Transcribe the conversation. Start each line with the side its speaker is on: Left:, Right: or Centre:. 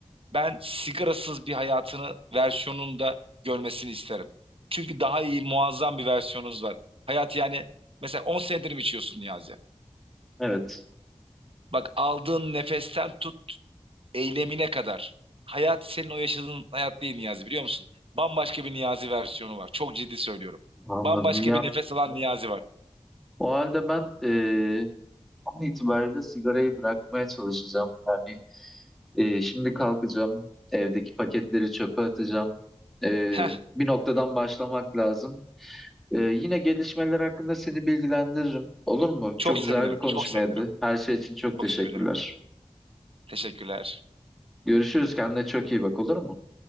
Right: ben sigarasız bir hayatını versiyonunda görmesini isterim. Çünkü daha iyi, muazzam bir versiyonunuz var. Hayat yani mesela 10 senedir mi içiyorsun Niyazi?
Centre: Evet.
Right: Bak aldığın nefesten tut eylemine kadar. Hayat senin o yaşadığın hayat değil Niyazi biliyor musun? Bambaşka bir Niyazi versiyonu var. Çok ciddi söylüyorum.
Centre: Anladım.
Right: Bambaşka
Centre: Ya
Right: bir nefes alan Niyazi var.
Centre: O halde ben eee an itibariyle sigarayı bırakmaya çalışacağım. Yani eee, şimdi kalkacağım, evdeki paketleri çöpe atacağım. Eee,
Right: Heh,
Centre: bir noktadan başlamak lazım. Eee, yine gelişmeler hakkında seni bilgilendiririm. Olur mu?
Right: çok
Centre: Çok
Right: sevinirim.
Centre: güzel bir konuşmaydı.
Right: Çok sevinirim.
Centre: Her şey için çok
Right: Çok
Centre: teşekkürler.
Right: sevinirim. Teşekkürler.
Centre: Görüşürüz. Kendine çok iyi bak olur mu?